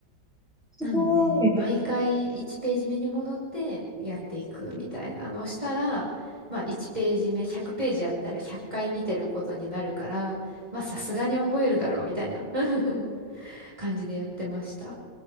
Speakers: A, in the centre; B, on the right (about 20°).
A: すごい。
B: なんで、毎回1ページ目に戻ってやっていくみたいなのをしたら、まあ1ページ目、100ページやったら100回見てることになるから、まあさすがに覚えるだろうみたいな <laughs> 感じでやってました。